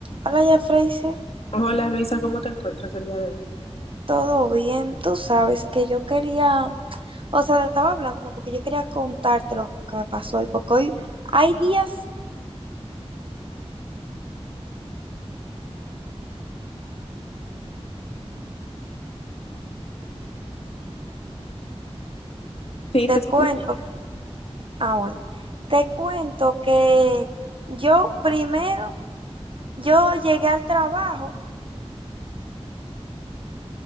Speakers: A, on the right; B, on the left.
A: Hola, ya Freisy,
B: Hola Luisa, ¿cómo te encuentras el día de hoy?
A: ¿todo bien? Tú sabes que yo quería, o sea, te estaba hablando porque yo quería contarte lo que me pasó hoy, porque hoy hay días,
B: Sí,
A: te
B: te escucho.
A: cuento, ah, bueno, te cuento que yo primero, yo llegué al trabajo,